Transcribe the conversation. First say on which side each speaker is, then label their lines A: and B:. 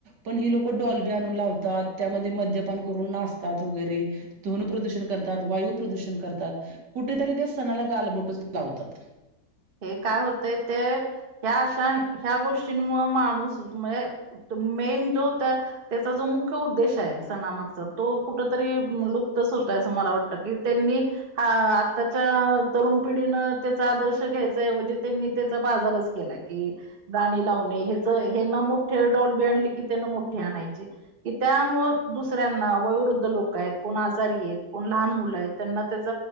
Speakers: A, on the right (about 75°); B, on the right (about 35°).
A: पण ही लोकं, डॉल बी आणून लाव तात, त्यामध्ये मद्यपान करून, नाचतात, वगैरे. ध्वनी प्रदूषण करतात, वायू प्रदूषण करतात, कुठेतरी त्या सणाला, गालबोटच लावतात.
B: हे काय होतय, ते ह्या अशा, ह्या गोष्टींमुळ, माणूस म्ह मेन, जो त त्याचा जो मुख्य उद्देश ये, सनामागचा, तो कुठ तरी लुप्तच होतोय, असं मला वाटत, की त्यांनी हा आत्ताच्या, तरुण पिढीनं, त्याचा आदर्श घ्यायचा ऐवजी, त्यांनी त्याचा, बाजारच केला की गाणी लावणे, हेच हे ना मोठे डॉलबी आणली की, त्यांन मोठी आणायची कि त्यामुळं, दुसऱ्यांना, वयोवृद्ध लोक येत, कोण आजारी येत, कोण लहान मुलं यत, त्यांना त्याच